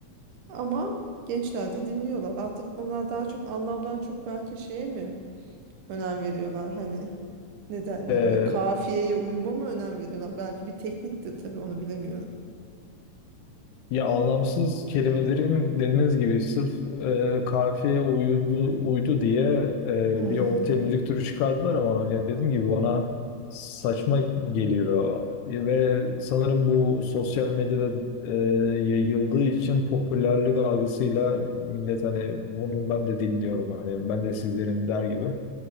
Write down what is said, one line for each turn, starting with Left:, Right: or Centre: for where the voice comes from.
Right: Ama gençler de dinliyorlar. Artık onlar daha çok anlamdan çok belki şeye mi önem veriyorlar hani ne denir
Left: E,
Right: ona? Kafiyeye uyuma mı önem veriyorlar? Belki bir tekniktir tabii onu bilemiyorum.
Left: Ya anlamsız kelimelerin dediğiniz gibi sırf e, kafiyeye uydu, uydu diye e,
Right: Hmm.
Left: bir ortaya müzik türü çıkardılar ama ya dediğim gibi bana saçma geliyor. Ya ve sanırım bu sosyal medyada e, yayıldığı için popülerlik algısıyla millet hani bunu ben de dinliyorum hani ben de sizlerin der gibi.